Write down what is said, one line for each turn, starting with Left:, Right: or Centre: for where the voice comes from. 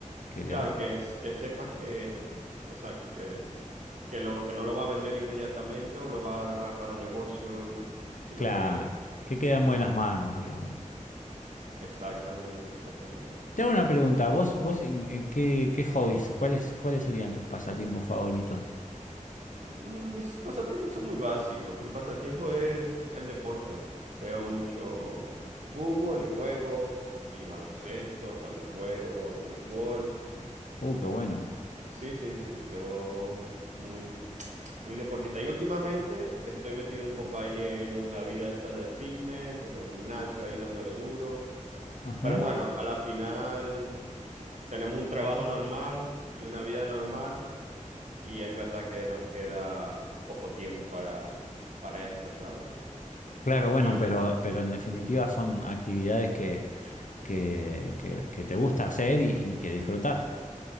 Left: que lo-
Right: Claro, que, es- que sepas que, exacto, que, que, lo, que no lo va a vender inmediatamente o lo va a agarrar para negocio, y, sino
Left: claro,
Right: que,
Left: que queda en buenas manos, digamos.
Right: exactamente, exactamente.
Left: Te hago una pregunta, vos, vos en, en qué, qué hobbies, cuáles, cuáles serían tus pasatiempos favoritos?
Right: Mm, Mis pasatiempos son muy básicos. Mi pasatiempo es el deporte. Veo mucho fútbol y juego, y baloncesto, también juego, y béisbol.
Left: Uh, qué bueno.
Right: Sí, sí, sí, yo muy, muy deportista. Y últimamente estoy metido un poco ahí en la vida esta del fitness, en el gimnasio, ahí dándole duro.
Left: Ajá.
Right: Pero bueno, a la final tenemos un trabajo normal y una vida normal y es verdad que nos queda poco tiempo para, para esto, ¿sabes?
Left: Claro, bueno,
Right: Y
Left: pero, pero en definitiva son actividades que que, que- que te gusta hacer y, y que disfrutás.